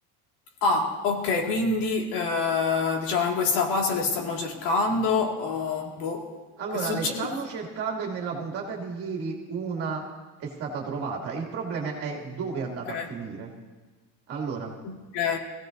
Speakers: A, on the left (about 60°); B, on the right (about 40°).
A: Ah, ok, quindi eh, diciamo in questa fase le stanno cercando. o boh,
B: Allora
A: che succede?
B: le stanno cercando e nella puntata di ieri una è stata trovata. Il problema è dove è andata
A: Ok.
B: a finire. Allora,
A: Ok.